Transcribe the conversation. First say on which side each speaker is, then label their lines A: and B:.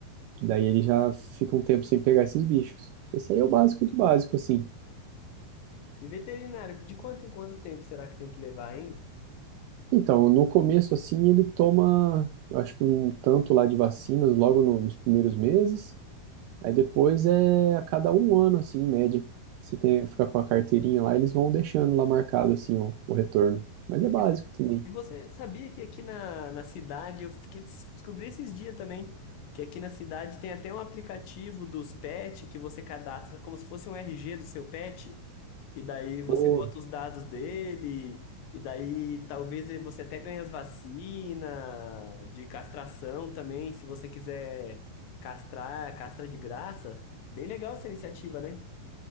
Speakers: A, on the right (about 80°); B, on the left (about 75°).
A: Que daí ele já fica um tempo sem pegar esses bichos. Esse aí
B: Hum.
A: é o básico do básico, assim.
B: E veterinário, de quanto em quanto tempo será que tem que levar, hein?
A: Então, no começo, assim, ele toma, eu acho que um tanto lá de vacinas logo no- nos primeiros meses. Aí depois é a cada um ano, assim, em média. Se tem, ficar com a carteirinha lá, eles vão deixando lá marcado, assim, o, o retorno. Mas é básico
B: E, vo-
A: também.
B: e você sabia que aqui na, na cidade, eu fiquei, des- descobri esses dias também, que aqui na cidade tem até um aplicativo dos pets que você cadastra como se fosse um RG do seu pet, e daí você
A: Boa.
B: bota os dados dele, e daí talvez você até ganhe as vacinas de castração também, se você quiser castrar, castra de graça. Bem legal essa iniciativa, né?